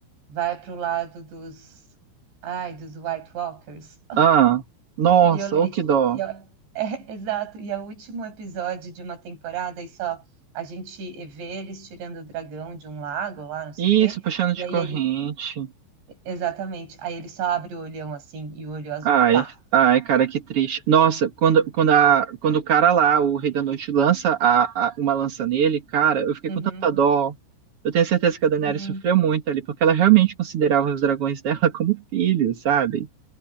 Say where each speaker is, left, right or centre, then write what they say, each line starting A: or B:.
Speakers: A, on the right; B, on the right.
A: vai pro lado dos, ai, dos White Walkers.
B: ah, nossa,
A: E eu, e,
B: ô que
A: tipo,
B: dó.
A: e a- é, <laughs> exato, e é o último episódio de uma temporada, e só a gente vê eles tirando o dragão de um lago lá, não sei
B: Isso,
A: o quê,
B: puxando
A: e
B: de
A: aí
B: corrente.
A: ele, exatamente, aí ele só abre o olhão assim, e o olho azul,
B: Ai,
A: pá.
B: ai, cara, que triste. Nossa, quando, quando, a, quando o cara lá, o Rei da Noite, lança a, a- uma lança nele, cara, eu fiquei
A: Uhum.
B: com tanta dó. Eu tenho certeza que a Daenerys
A: Sim.
B: sofreu muito ali, porque ela realmente considerava os dragões dela <laughs> como filhos, sabe?